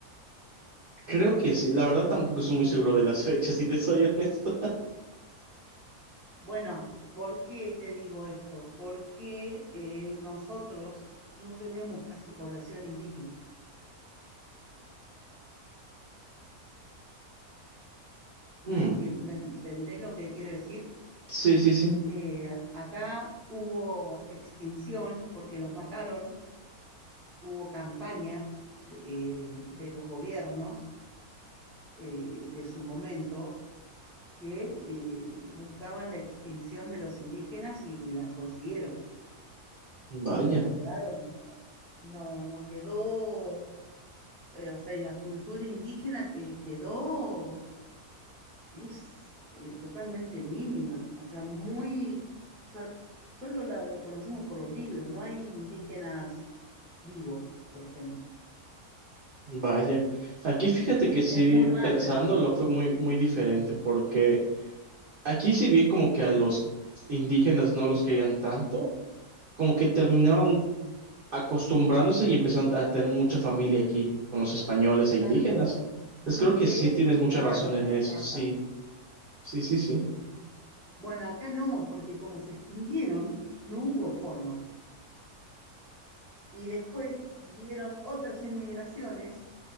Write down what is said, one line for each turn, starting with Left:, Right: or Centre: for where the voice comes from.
Right: Creo que sí. La verdad tampoco estoy muy seguro de las fechas, si te soy <laughs> honesto.
Centre: Bueno, ¿por qué te digo esto? Porque eh, nosotros no tenemos casi población indígena.
Right: Mm,
Centre: ¿Me entien- me entendés lo que quiero decir?
Right: sí, sí, sí.
Centre: Eh, acá hubo extinción porque los mataron, hubo campañas de, eh, de los gobiernos eh, de su momento que eh, buscaban la extinción de los indígenas y la consiguieron.
Right: Vaya,
Centre: No quedaron, no, no quedó eh, o sea, y la cultura indígena que quedó es eh, totalmente mínima, o sea, muy, o sea, solo la, la conocemos por los libros, no hay indígenas vivos, por ejemplo.
Right: vaya. Aquí fíjate que sí,
Centre: Es muy raro
Right: pensándolo
Centre: eso,
Right: fue muy, muy diferente porque... Aquí, si bien como que a los indígenas no los querían tanto, como que terminaron acostumbrándose y empezaron a tener mucha familia aquí con los españoles e indígenas.
Centre: claro,
Right: Entonces
Centre: y
Right: creo
Centre: se
Right: que sí tienes
Centre: cruzaron
Right: mucha razón en
Centre: las
Right: eso,
Centre: razas.
Right: sí, sí, sí, sí.
Centre: Bueno, acá no, porque como se extinguieron, no hubo forma. Y después vinieron otras inmigraciones